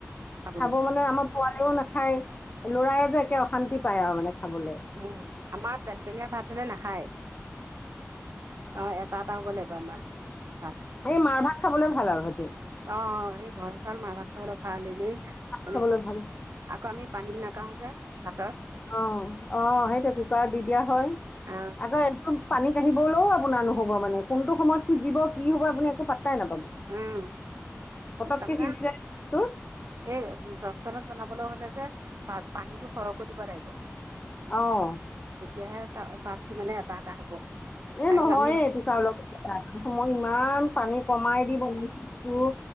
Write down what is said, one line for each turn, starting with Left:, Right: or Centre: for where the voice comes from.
Right: খাবলৈ
Left: খাব মানে আমাৰ পোৱালিও নাখায় ল'ৰায়ে যে একে অশান্তি পায় আৰু মানে খাবলৈ
Right: উম, আমাৰ পেনপেনীয়া ভাত হ'লে নাখায়। অ' এটা এটা হ'ব লাগিব আমাৰ ভাত।
Left: এই মাৰ ভাত খাবলে ভাল আৰু সেইটো।
Right: অ' সেই ঘৰৰ চাউল মাৰ ভাত খাবলৈ ভাল এনে এনেকে
Left: খাবলৈ ভাল
Right: আকৌ আমি পানী নাকাওঁ যে ভাতৰ।
Left: অ', অ' সেইটো কুকাৰত দি দিয়া হয়,
Right: অ
Left: আকৌ একদম পানী কাঢ়িবলৈও আপোনাৰ নহ'ব মানে কোনটো সময়ত খুজিব কি হ'ব আপুনি একো পাত্তাই নাপাব।
Right: উম,
Left: পটককে
Right: তাৰমানে
Left: সিজি যায় ভাতটো
Right: এই চচপেনত বনাবলৈ হলে যে ভাত পানীটো সৰহকৈ দিব লাগিব।
Left: অ'।
Right: তেতিয়াহে চা ভাতটো মানে এটা এটা হ'ব।
Left: এ
Right: আৰু
Left: নহয়ে
Right: আমি
Left: এইটো চাউলক সময় ইমান পানী কমাই দি বনাইছিলোঁ।